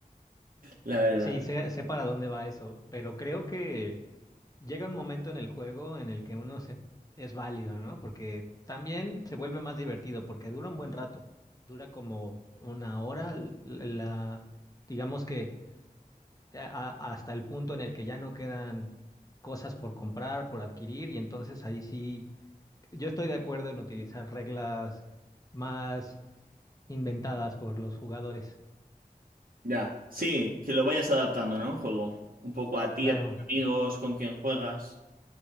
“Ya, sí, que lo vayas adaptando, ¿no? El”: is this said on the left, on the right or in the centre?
Right